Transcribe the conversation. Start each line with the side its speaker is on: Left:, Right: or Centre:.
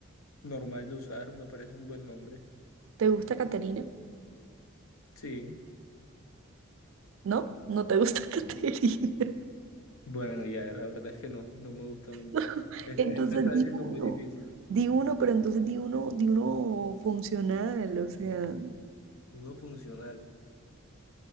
Left: Normal de usar, me parece un buen nombre.
Right: ¿Te gusta Caterina?
Left: Sí.
Right: ¿No? ¿No te gusta <laughs> Caterina?
Left: Bueno, ya, la verdad es que no, no me gusta mucho.
Right: <laughs>
Left: Este-
Right: Entonces
Left: esto está
Right: di
Left: siendo
Right: uno,
Left: muy difícil.
Right: di uno, pero entonces di uno, di uno funcional, o sea,
Left: Uno funcional.